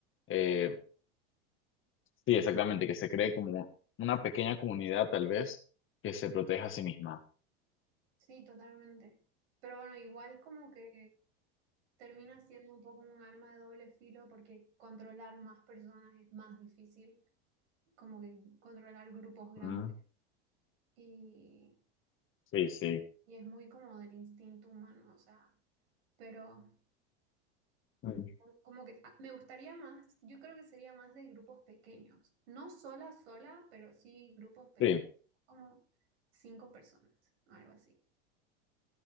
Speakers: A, on the left; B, on the right.
A: eh, sí, exactamente, que se cree como una pequeña comunidad tal vez que se proteja a sí misma.
B: sí, totalmente. Pero bueno, igual como que termina siendo un poco un arma de doble filo porque controlar más personas es más difícil, como que controlar grupos grandes
A: Mm,
B: y,
A: Sí, sí.
B: y es muy como del instinto humano, o sea, pero,
A: Mm.
B: como que ah, me gustaría más, yo creo que sería más de grupos pequeños, no sola, sola, pero sí grupos pequeños,
A: Sí,
B: como cinco personas, o algo así.